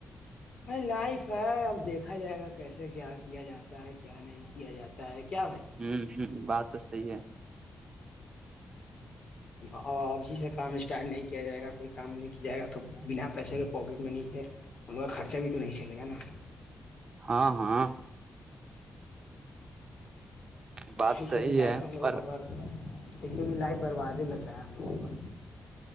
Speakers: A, on the left; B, on the right.
A: ائی لائف ہے اب دیکھا جائے گا کیسے کیا کیا جاتا ہے کیا نہیں کیا جاتا ہے کیا بھائی
B: ہ ہ بات صحیح ہے
A: ا ابھی سے کام اسٹارٹ نہیں کیا جائے گا کوئی کام نہیں کیا جائے گا تو بنا پیسے کے پواکٹ منی کے ان کا خرچہ بھی تو نہیں چلے گا نا
B: ہاں ہاں بات
A: ایسے
B: صحیح
A: بھی لائف
B: ہے
A: ہ گ
B: پر
A: خبر ایسے بھی لائف برباد ہی لگ رہا ہے ہم لوگوں کا